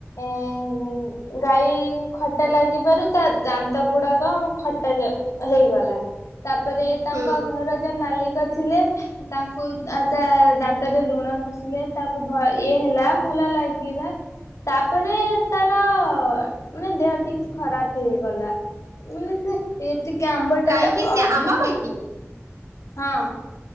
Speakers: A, on the left; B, on the right.
A: ଏଁ ଗାଈ ଖଟା ଲାଗିବାରୁ ତା ଦାନ୍ତ ଗୁଡାକ ଆମ ଖଟା ଇଏ ହେଇଗଲା। ତାପରେ ତାଙ୍କ
B: ହୁଁ
A: ଘର ଯୋଉ ମାଲିକ ଥିଲେ। ତାଙ୍କୁ ଆ ତା ଦାନ୍। ତା ଧିଏରେ ଲୁଣ ଘଷିଲେ ତାକୁ ଭ ଇଏ ହେଲା ଭଲ ଲାଗିଲା ତାପରେ ତାର ମାନେ ଦେହ ଟିକେ ଖରାପ ହେଇଗଲା ମାନେ ସେ ଏ। ଟିକେ ଆମ୍ବ ଟା
B: କାହିଁକି ସେ
A: ଅଧିକା।
B: ଆମ୍ବ ଖାଇକି
A: ହଁ।